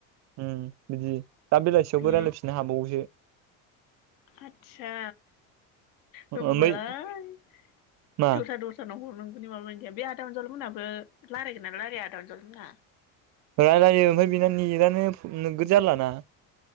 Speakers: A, on the right; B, on the left.
A: उम बिदि दा बेलासियावबो
B: बे
A: रायलायफिननो हाबावोसो
B: आतसा होमबालाय
A: ओमफ्राय मा
B: दस्रा दस्रा नाव हरनां <unintelligible> माबा गैया बे आदा अनजालु मोनाबो रायलायगोनना रायलाया आदा अनजालु मोना
A: रायलायो ओमफ्राय बिना नेटानो नोगोद जारलाना